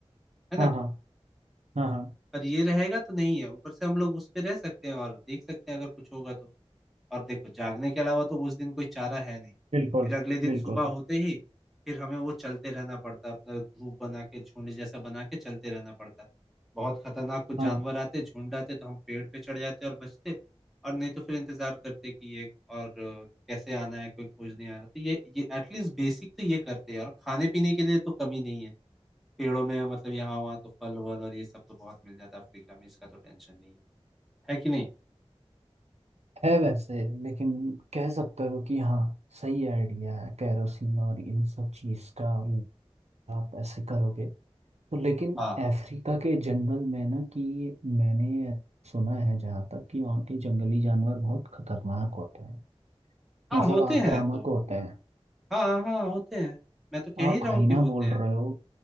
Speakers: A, in the centre; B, on the right.
A: है ना
B: हाँ हाँ हाँ हाँ,
A: पर ये रहेगा तो नहीं है ऊपर से हम लोग उस पे रह सकते हैं और देख सकते हैं अगर कुछ होगा तो और देखो जागने के अलावा तो उस दिन कोई चारा है नहीं
B: बिल्कुल
A: फिर अगले दिन
B: बिल्कुल
A: सुबह होते ही फिर हमें वो चलते रहना पड़ता अपना ग्रुप बना के झुंड जैसा बना के चलते रहना पड़ता बहुत खतरनाक कुछ जानवर
B: हाँ
A: आते झुंड आते तो हम पेड़ पे चढ़ जाते और बचते और नहीं तो फिर इंतजार करते कि ये और अ, कैसे आना है कोई खोज नहीं आ रहा तो ये ये एटलीस्ट बेसिक तो ये करते हैं और खाने पीने के लिए तो कमी नहीं है पेड़ों में मतलब यहाँ वहाँ तो फल वल और ये सब तो बहुत मिल जाता है अफ्रीका में इसका तो टेंशन नहीं है है कि नहीं
B: है वैसे लेकिन कह सकते हो कि हाँ सही आइडिया है कैरोसिन और इन सब चीज़ का आप ऐसे करोगे तो लेकिन
A: हाँ
B: अफ्रीका के जंगल में ना कि मैंने सुना है जहाँ तक कि वहाँ के जंगली जानवर बहुत खतरनाक होते हैं
A: हाँ
B: मतलब
A: होते
B: आक्रामक
A: हैं तो
B: होते हैं
A: हाँ हाँ होते हैं मैं तो कह
B: आप
A: ही रहा
B: हाइना
A: हूँ कि होते
B: बोल
A: हैं
B: रहे हो